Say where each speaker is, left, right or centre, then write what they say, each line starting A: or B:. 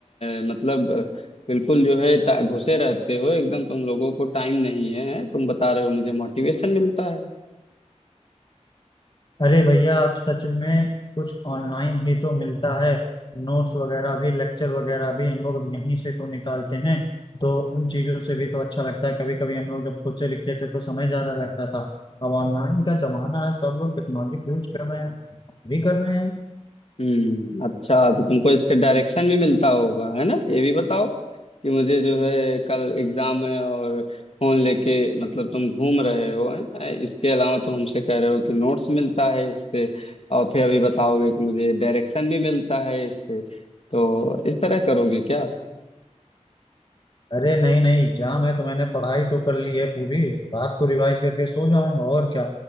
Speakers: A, on the left (about 55°); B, on the left (about 40°).
A: अ, मतलब अ, बिल्कुल जो है टा- घुसे रहते हो एकदम तुम लोगों को टाइम नहीं है तुम बता रहे हो मुझे मोटिवेशन मिलता है
B: अरे भैया आप सच में कुछ ऑनलाइन ही तो मिलता है नोट्स वगैरह भी लेक्चर वगैरह भी हम लोग अब यहीं से तो निकालते हैं तो उन चीज़ों से भी तो अच्छा लगता है कभी कभी हम लोग जब खुद से लिखते थे तो समय ज़्यादा लगता था अब ऑनलाइन का जमाना है सब लोग टेक्नोलॉजी यूज कर रहे हैं हम भी कर रहे हैं
A: हम्म अच्छा तो तुमको इससे डायरेक्शन भी मिलता होगा है ना ये भी बताओ कि मुझे जो है कल एग्जाम है और फोन लेके मतलब तुम घूम रहे हो हैं इसके अलावा तुम हमसे कह रहे हो कि नोट्स मिलता है इससे और फिर अभी बताओगे कि मुझे डायरेक्शन भी मिलता है इससे तो इस तरह करोगे क्या
B: अरे नहीं नहीं एग्जाम है तो मैंने पढ़ाई तो कर ली है पूरी रात को रिवाइज करके सो जाऊंगा और क्या